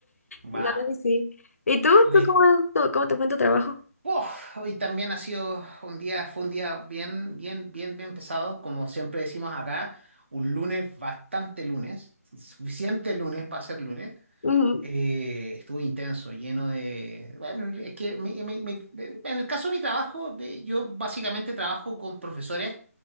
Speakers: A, on the left; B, on the right.
A: No,
B: Va.
A: sí. ¿Y tú?
B: Oye,
A: ¿Tú cómo, tú- cómo te fue en tu trabajo?
B: ¡uf! hoy también ha sido un día, fue un día bien, bien, bien, bien pesado, como siempre decimos acá, un lunes bastante lunes, suficiente lunes para ser lunes.
A: Ujú.
B: Eh, estuvo intenso, lleno de... Bueno, es que mi- mi- mi- en el caso de mi trabajo, de- yo básicamente trabajo con profesores,